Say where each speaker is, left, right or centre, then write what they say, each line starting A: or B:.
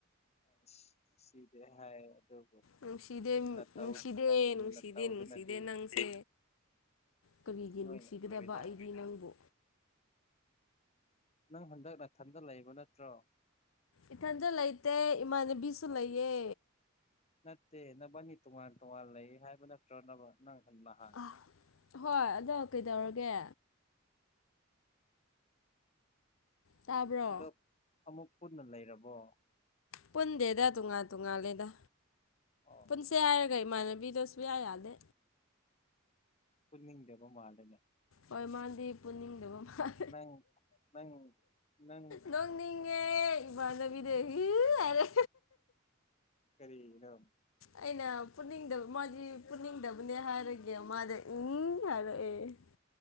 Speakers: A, on the left (about 35°); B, on the left (about 80°).
A: ꯑꯁ ꯅꯨꯡꯁꯤꯗꯦ ꯍꯥꯏꯌꯦ ꯑꯗꯨꯕꯨ
B: ꯅꯨꯡꯁꯤꯗꯦ
A: ꯅꯇꯧ
B: ꯅꯨꯡꯁꯤꯗꯦ
A: ꯅꯪ
B: ꯅꯨꯡꯁꯤꯗꯦ
A: ꯅꯇꯧꯗꯨꯅꯗꯤ
B: ꯅꯨꯡꯁꯤꯗꯦ ꯅꯪꯁꯦ ꯀꯔꯤꯒꯤ ꯅꯨꯡꯁꯤꯒꯗꯕ
A: ꯂꯣꯏꯅ ꯎꯏꯗ
B: ꯑꯩꯗꯤ ꯅꯪꯕꯨ
A: ꯅꯪ ꯍꯟꯗꯛ ꯅꯥꯊꯟꯗ ꯂꯩꯕ ꯅꯠꯇ꯭ꯔꯣ
B: ꯏꯊꯟꯗ ꯂꯩꯇꯦ ꯏꯃꯥꯟꯅꯕꯤꯁꯨ ꯂꯩꯌꯦ
A: ꯅꯠꯇꯦ ꯅꯕꯅꯤ ꯇꯣꯉꯥꯟ ꯇꯣꯉꯥꯟ ꯂꯩ ꯍꯥꯏꯕ ꯅꯠꯇ꯭ꯔꯣꯅꯕ ꯅꯪ ꯅꯍꯥ
B: ꯑ ꯍꯣꯏ ꯑꯗꯣ ꯀꯩꯗꯧꯔꯒꯦ ꯇꯥꯕ꯭ꯔꯣ
A: ꯑꯗꯣ ꯑꯃꯨꯛ ꯄꯨꯟꯅ ꯂꯩꯔꯕꯣ
B: ꯄꯨꯟꯗꯦꯗ ꯇꯣꯉꯥꯟ ꯇꯣꯉꯥꯜꯂꯦꯗ
A: ꯑꯣ
B: ꯄꯨꯟꯁꯦ ꯍꯥꯏꯔꯒ ꯏꯃꯥꯟꯅꯕꯤꯗꯣ ꯁꯨꯌꯥ ꯌꯥꯗꯦ
A: ꯄꯨꯅꯤꯡꯗꯕ ꯃꯥꯂꯦꯅꯦ
B: ꯍꯣꯏ ꯃꯥꯗꯤ ꯄꯨꯅꯤꯡꯗꯕ ꯃꯥꯜ
A: ꯅꯪ ꯅꯪ ꯅꯪ
B: ꯅꯣꯛꯅꯤꯡꯉꯦ ꯏꯃꯥꯟꯅꯕꯤꯗꯒꯤ ꯍꯥꯏꯔꯦ
A: ꯀꯔꯤꯒꯤꯅꯣ
B: ꯑꯩꯅ ꯄꯨꯅꯤꯡꯗꯕ ꯃꯥꯗꯤ ꯄꯨꯅꯤꯡꯗꯕꯅꯦ ꯍꯥꯏꯔꯒꯦ ꯃꯥꯗꯤ ꯎꯝ ꯍꯥꯏꯔꯛꯑꯦ